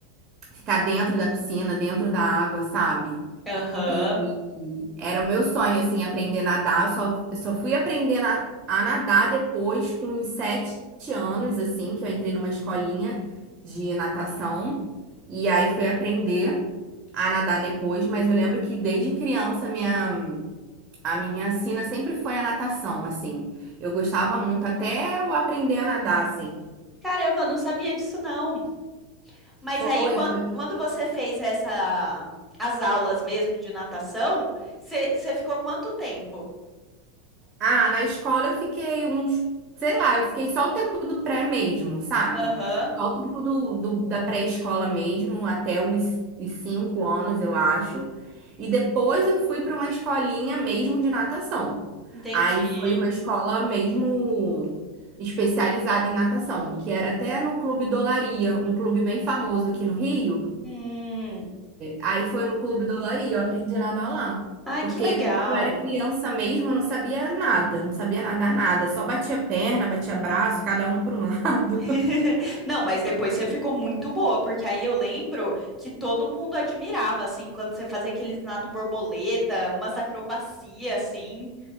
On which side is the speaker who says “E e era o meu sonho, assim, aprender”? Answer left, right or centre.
Right